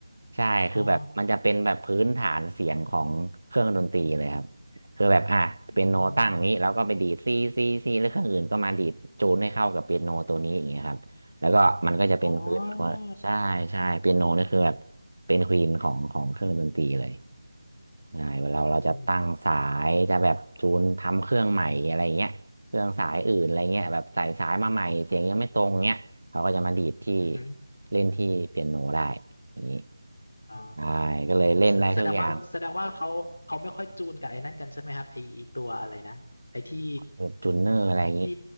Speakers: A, on the right; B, on the left.
A: ใช่คือแบบมันจะเป็นแบบพื้นฐานเสียงของเครื่องดนตรีเลยครับ
B: อ๋อ
A: คือแบบอ่ะเปียโนตั้งนี้แล้วก็ไปดีดซีซีซีแล้วเครื่องอื่นก็มาดีดจูนให้เข้ากับเปียโนตัวนี้อย่างเงี้ยครับ
B: อืม
A: แล้วก็มันก็จะเป็นพื้น
B: อ๋อ
A: ใช่ใช่เปียโนนี่คือแบบเป็นควีนของของเครื่องดนตรีเลยใช่เวลาเราจะตั้งสายจะแบบจูนทำเครื่องใหม่อะไรเงี้ยเครื่องสายอื่นอะไรเงี้ยแบบใส่สายมาใหม่เสียงยังไม่ตรงเงี้ยเขาก็จะมาดีดที่
B: อืมอือฮึ
A: เล่นที่เปียโนได้อย่างนี้
B: อ๋อ
A: ใช่ก็เลยเล่นได้ทุกอย่าง
B: แสแสดงว่าแสดงว่าเขาเขาไม่ค่อยจูนกับไอ้นั่นกันใช่ไหมครับไอ้ไอ้ตัวอะไรนะไอ้ที่
A: แบบจูนเนอร์อะไรอย่างนี้
B: ที่